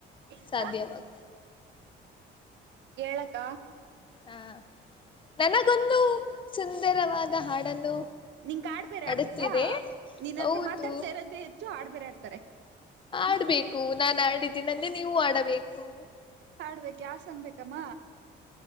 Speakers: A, on the right (about 70°); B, on the left (about 25°).
A: ಹೇಳಕ್ಕ
B: ಸಾಧ್ಯವಾಗ
A: ಹೇಳಕ್ಕ
B: ಹಾ ನನಗೊಂದು ಸುಂದರವಾದ ಹಾಡನ್ನು
A: ನಿನ್ ಕಾಡ್ಬೇರೆ
B: ಆಡುತ್ತಿದೆ
A: ಆಡ್ಬೇಕಾ ನಿನ್ ಹತ್ರ
B: ಹೌದು
A: ಮಾತಾಡ್ತಾ ಇರೋದೇ ಹೆಚ್ಚು ಆಡ್ ಬೇರೆ ಆಡ್ತಾರೆ
B: ಆಡ್ಬೇಕು ನಾನ್ ಆಡಿದ್ದೀನಂದ್ರೆ ನೀವು ಆಡಬೇಕು
A: ಹಾಡ್ಬೇಕು ಯಾವ್ ಸಾಂಗ್ ಬೇಕಮ್ಮ